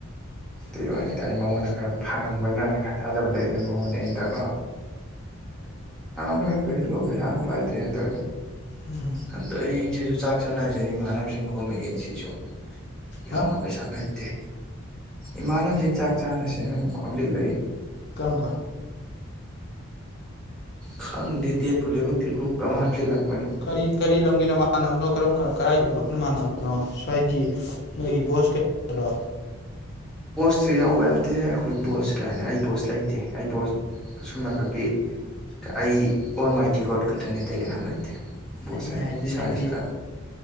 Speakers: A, in the centre; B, on the left.
A: ꯑꯗꯨ ꯋꯥꯅꯤꯗ ꯑꯩ ꯃꯉꯣꯟꯗ ꯈꯔ ꯐꯪꯉꯝꯒꯗ꯭ꯔꯥꯅ ꯈꯔ ꯊꯥꯖꯕ ꯂꯩ ꯑꯗꯨ ꯃꯉꯣꯟꯗ ꯑ ꯌꯥꯝ ꯀ ꯀꯅ ꯄꯁꯂ ꯁꯥꯟ ꯄꯥꯏꯇ ꯇ
B: ꯎꯝ
A: ꯑꯗ ꯁꯤꯁꯨ ꯆꯥꯛ ꯆꯟꯅꯁꯤꯅꯤ ꯏꯃꯥꯟꯅꯕꯁꯤꯡ ꯈꯣꯝꯃꯛꯑꯦ ꯁꯤꯁꯨ ꯌꯥꯅ
B: ꯍꯥ
A: ꯄꯩꯁꯥ ꯂꯩꯇꯦ ꯏꯃꯅ ꯆ ꯆꯥꯛ ꯆꯥꯅ ꯁꯦꯡꯅ ꯑꯃꯨꯛ ꯈꯣꯝꯖꯤꯜꯂꯛꯏ
B: ꯀꯔꯝ ꯀꯥꯟ
A: ꯈꯪꯗ ꯗ ꯄꯂꯤꯕꯛꯇ꯭ꯔꯤꯀꯨꯞꯨꯞ ꯀꯃꯥ ꯍꯥ ꯂꯥꯛ
B: ꯀꯔꯤ ꯀꯔꯤ ꯂꯝꯒꯤꯅ ꯃꯥꯟꯅꯕꯅꯣ ꯀꯔ ꯀꯔꯥꯏꯗ ꯄꯨꯂꯣꯅ ꯃꯥꯟꯅꯕꯅꯣ ꯉꯁꯥꯏꯒꯤ ꯅꯣꯏꯒꯤ ꯕꯣꯁ ꯀꯌꯥꯔꯣ
A: ꯁꯤ ꯌꯥꯎꯕ ꯑꯝꯇꯦꯍꯦ ꯑꯩꯈꯣꯏ ꯕꯣꯁ ꯀꯩꯥꯏꯅ ꯑꯩ ꯕꯣꯁ ꯂꯩꯇꯦ ꯑꯩ ꯕꯣꯁ ꯁꯁꯨꯝꯅ ꯈꯛꯀꯤ ꯑꯩ ꯑꯣꯜ ꯃꯥꯏ ꯇꯤ ꯒꯣꯗ ꯈꯛꯇꯪꯅꯦ ꯑꯇꯩ ꯀꯅꯥꯝ ꯂꯩꯇꯦ ꯕꯣꯁ
B: ꯑꯩꯅ ꯍꯥꯏꯗꯤ
A: ꯏꯁꯥ
B: ꯅꯪꯒꯤ
A: ꯏꯁꯥ